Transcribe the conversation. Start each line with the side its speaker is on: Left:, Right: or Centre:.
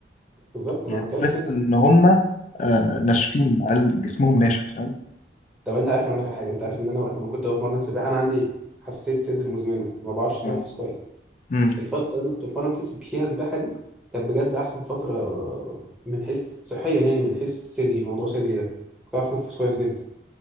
Centre: بالظبط ما
Left: يعني
Centre: أنا
Left: تحس
Centre: بتكلم في كده
Left: ان هم آه ناشفين عيال جسمهم ناشف فاهم
Centre: طب انت عارف انا اقول لك على حاجه انت عارف ان انا وقت ما كنت بتمرن سباحه انا عندي حساسيه صدر مزمنه ما بعرفش اتنفس
Left: اه
Centre: كويس
Left: امم
Centre: الفتره اللي انا كنت بتمرن فيه- فيها سباحه دي كانت بجد احسن فتره من حيث صحيا يعني من حيث صدري موضوع صدري ده كنت بعرف اتنفس كويس جدا